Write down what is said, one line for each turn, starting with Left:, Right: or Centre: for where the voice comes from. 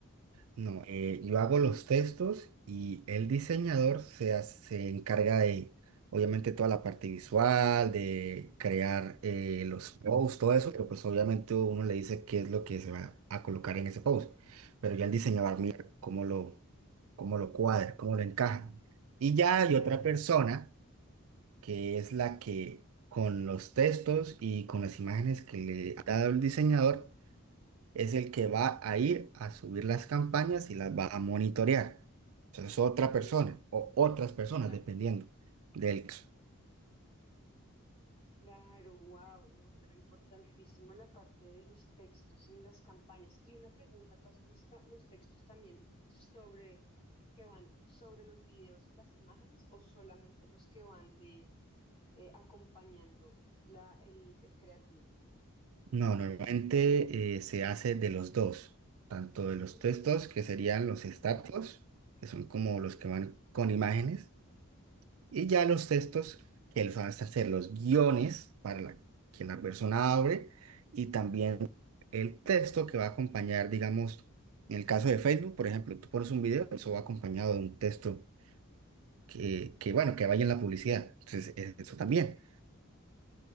Right: No, eh, yo hago los textos y el diseñador se, ha- se encarga de, obviamente, toda la parte visual, de crear eh, los posts, todo eso, pero pues obviamente uno le dice qué es lo que se va a colocar en ese post, pero ya el diseñador mira cómo lo, cómo lo cuadra, cómo lo encaja. Y ya hay
Left: Claro,
Right: otra persona
Left: claro.
Right: que es la que con los textos y con las imágenes que le ha dado el diseñador, es el que va a ir a subir las campañas y las va a monitorear. Eso es otra
Left: Ujú,
Right: persona o otras personas,
Left: claro,
Right: dependiendo del caso.
Left: claro, wow, no, pero importantísimo la parte de los textos en las campañas. Y una pregunta, ¿tú haces los, ca- los textos también sobre, que van sobre los videos y las imágenes o solamente los que van de eh, acompañando la, el, el creativo?
Right: No, normalmente eh, se hace de los dos, tanto de los
Left: Mm,
Right: textos, que serían los status, que son como
Left: ujú,
Right: los que van con imágenes, Y ya los textos, que los van a hacer los guiones para la, que la persona abre y también el texto que va a acompañar, digamos, en el caso de Facebook, por ejemplo, tú pones un video, eso va acompañado de un texto que, que bueno, que vaya en la publicidad. Entonces, e- eso también.
Left: ya.